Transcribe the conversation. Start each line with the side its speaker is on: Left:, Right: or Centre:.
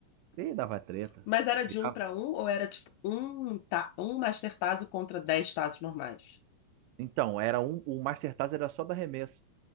Right: Ih, dava treta.
Left: Mas era
Right: Virava.
Left: de um para um ou era tipo um, ta um Master Tazo contra 10 Tazos normais?
Right: Então, era um, o Master Tazo era só do arremesso.